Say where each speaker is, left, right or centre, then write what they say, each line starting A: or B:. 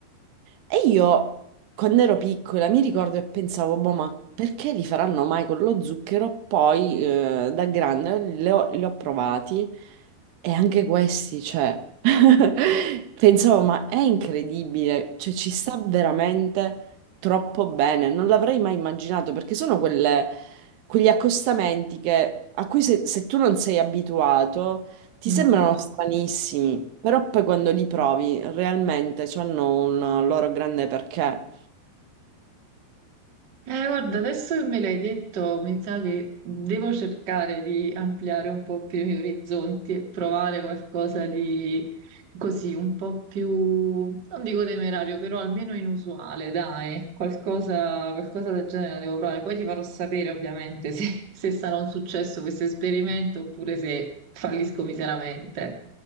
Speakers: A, on the right (about 75°); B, on the right (about 45°).
A: E io, quando ero piccola, mi ricordo e pensavo, boh, ma perché li faranno mai con lo zucchero? Poi, eh, da grande, le ho- li ho provati e anche questi, cioè, <laughs> pensavo, ma è incredibile, cioè, ci sta veramente troppo bene. Non l'avrei mai immaginato perché sono quelle- quegli accostamenti che- a cui se se tu non sei abituato ti
B: mm.
A: sembrano stranissimi, però poi quando li provi realmente hanno un loro grande perché.
B: Eh, guarda, adesso che me l'hai detto, mi sa che devo cercare di ampliare un po' più i miei orizzonti e provare qualcosa di così, un po' più, non dico temerario, però almeno inusuale, dai, qualcosa, qualcosa del genere la devo provare. Poi ti farò sapere ovviamente se, se sarà un successo questo esperimento oppure se fallisco miseramente.